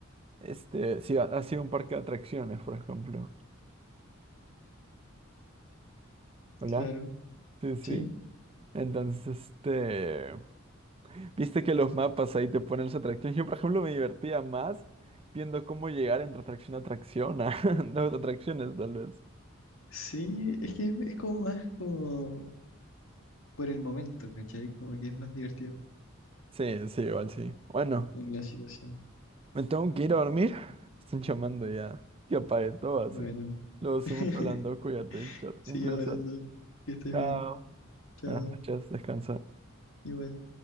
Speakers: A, on the right (about 30°); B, on the left (about 75°).
A: este, si ha, ha sido un parque de atracciones, por ejemplo. ¿Hola?
B: Claro,
A: Sí, sí.
B: sí.
A: Entonces, este... Viste que los mapas ahí te ponen las atracciones. Yo, por ejemplo, me divertía más viendo cómo llegar entre atracción a atracción, a <laughs> las atracciones, tal vez.
B: Sí, es que es, es como más como por el momento, ¿cachai? Como que es más divertido
A: Sí, sí, igual sí. Bueno.
B: en la situación.
A: Me tengo que ir a dormir. <laughs> Están llamando ya. Que apague todo, así.
B: Bueno,
A: que Luego seguimos
B: <laughs>
A: hablando. Cuídate, Víctor.
B: sigue
A: Un placer.
B: hablando. Que estés
A: Chao.
B: bien. Chao.
A: Buenas noches. Descansa.
B: Igual.